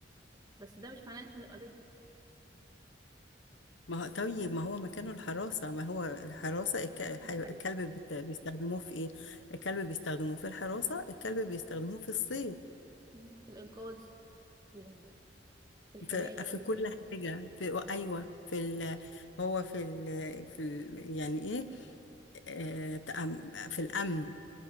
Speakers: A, on the right; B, on the left.
A: بس ده مش معناه ان احنا نبقى ضده
B: ما هو طيب ما هو مكانه الحراسة ما هو الحراسة الك... الحي...
A: دي حقيقة
B: الكلب بت... بيستخدموه في ايه الكلب بيستخدموه في الحراسة الكلب بيستخدموه في الصيد
A: مم. في الإنقاذ يعني في الحماية
B: في,
A: برضه
B: في كل حاجة في ايوه في ال... هو في ال... في ال... يعني ايه آه... تأم... في الأمن